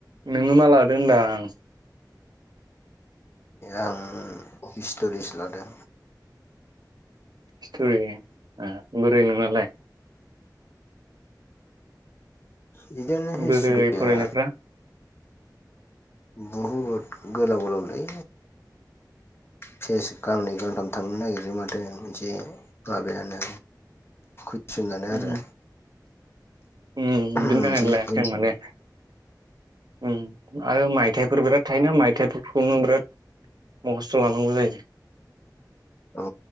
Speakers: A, on the right; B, on the left.
A: नोङो मा लादों होनदां?
B: आं हिस्ट'रिस लादों।
A: हिसट'रि बोरै नोंनालाय?
B: बिदिनो
A: बोरै
B: हिस्टरिया
A: फरायनायफ्रा
B: बुहुद गोलाव गोलावलै फेस गांनै गांथाम थांनो नागिरो माथो मोनसे माबायानो
A: <inaudible>
B: फिसिननानै आरो
A: उम उम बिदिनो
B: मोनसे
A: थाखाय नो लायाखै
B: एन्सार।
A: आं माने उम आरो मायथाइफोर बिराद थायोना मायथाइ खौनो बिराद मखस्थ' लानांगौ जायो
B: औ